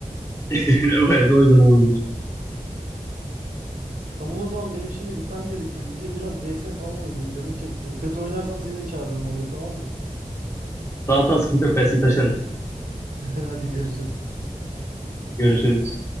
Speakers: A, on the left; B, on the right.
A: <laughs> Evet, o yüzden olabilir.
B: Tamam o zaman benim şimdi gitmem gerekiyor. Gideyim biraz CS falan oynayayım canım çekti. Kötü oynarsam seni de çağırırım oyuna tamam mı?
A: Zaten sıkıntı yok. Ben seni taşırım.
B: <laughs> Hadi görüşürüz.
A: Görüşürüz.